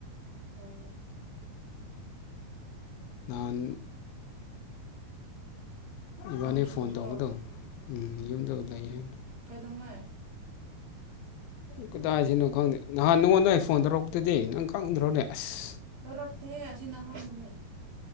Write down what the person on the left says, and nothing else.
ꯅꯍꯥꯟ ꯏꯕꯥꯅꯤ
ꯐꯣꯟ ꯇꯧꯕꯧꯕꯗꯣ ꯎꯝ ꯌꯨꯝꯗ ꯂꯩꯌꯦ ꯍꯥꯏ
ꯀꯗꯥꯏꯁꯤꯅꯣ ꯈꯪꯗꯦ ꯅꯍꯥꯟ ꯅꯉꯣꯟꯗ ꯑꯩ ꯐꯣꯟ ꯇꯧꯔꯛꯄꯗꯤ ꯅꯪ ꯈꯪꯗ꯭ꯔꯣꯅꯦ ꯑꯁ